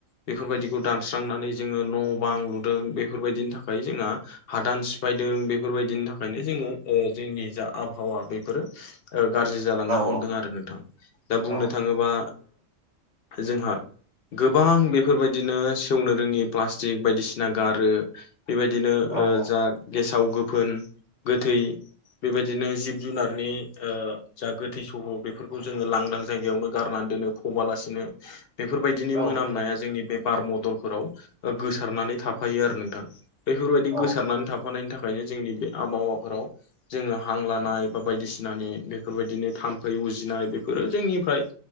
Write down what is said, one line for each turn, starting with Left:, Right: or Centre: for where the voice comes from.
Left: बेफोरबायदिखौ दानस्रांनानै जोङो न' बां लुदों बेफोरबायदिनि थाखाय जोंहा हादान सिफायदों बेफोरबायदिनि थाखायनो जोङो जोंनि जा आबहावा बेफोरो गाज्रि जालांनो
Right: औ
Left: हमदों आरो नोंथां दा बुंनो
Right: औ
Left: थाङोबा जोंहा गोबां बेफोरबायदिनो सेवनो रोङि प्लास्टिक जे बायदिसिना गारो बेबायदिनो
Right: औ
Left: ओ
Right: औ
Left: जा गेसाव गोफोन गोथै बेबायदिनो जिब जुनारनि जा गोथै सह बेफोरखौ जोङो लांदां जायगायावनो गारनानै दोनो फबालासिनो। बेफोरबायदिनि
Right: औ
Left: मोनामनाया
Right: नंगौ नंगौ
Left: जोंनि बे बार मदलफोराव गोसारनानै थाफायो आरो नोंथां। बेफोरबायदि
Right: औ
Left: गोसारनानै थाफानायनि थाखायनो जोंनि बे आबहावाफोराव। जोङो हां लानाय बा बायदिसिनानि बेफोरबायदिनो थाम्फै उजिनाय बेफोरो जोंनिफ्राय